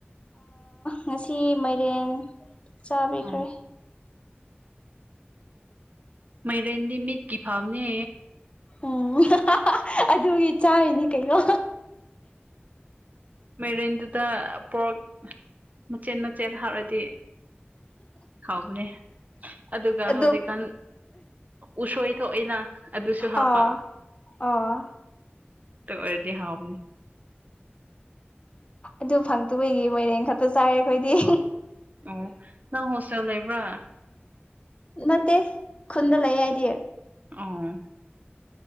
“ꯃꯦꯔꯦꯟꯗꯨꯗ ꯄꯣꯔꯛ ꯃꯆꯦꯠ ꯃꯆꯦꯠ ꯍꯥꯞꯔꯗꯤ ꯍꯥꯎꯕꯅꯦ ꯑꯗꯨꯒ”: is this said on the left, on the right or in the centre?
Right